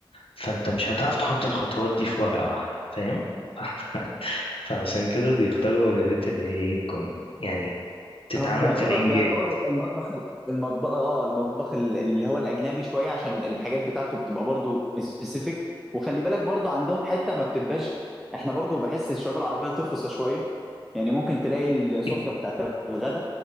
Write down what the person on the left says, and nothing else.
فانت مش هتعرف تحط الخطوات دي في ورقة واحدة فاهم <laughs> فاحنا- فعشان كده بيختاروا وجبات اللي هي ايه تكون يعني تتعمل
في الانجاز
<laughs>